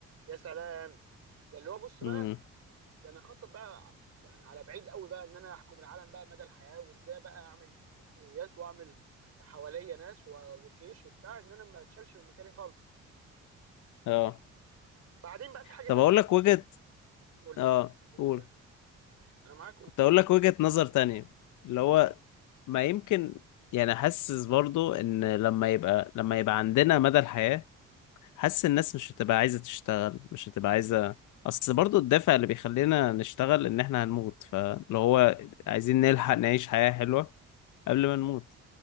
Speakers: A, on the right; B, on the left.
A: يا سلام ده اللي هو بص بقى
B: مم.
A: ده انا اخطط بقى يعني على بعيد قوي بقى ان انا احكم العالم بقى مدى الحياه وازاي بقى اعمل تقنيات واعمل حواليا ناس و- والجيش وبتاع ان انا ما اتشالش من مكاني خالص
B: اه
A: بعدين بقى في حاجه
B: طب
A: تانيه
B: اقول لك وجهة
A: قول
B: اه
A: لي قول
B: قول
A: لي قول لي. انا معاك قول
B: كنت اقول لك وجهة نظر تانية اللي هو ما يمكن يعني حاسس برضو ان لما يبقى لما يبقى عندنا مدى الحياة حاسس الناس مش هتبقى عايزة تشتغل مش هتبقى عايزة اصل برضو الدافع اللي بيخلينا نشتغل ان احنا هنموت فلو هو عايزين نلحق نعيش حياة حلوة قبل ما نموت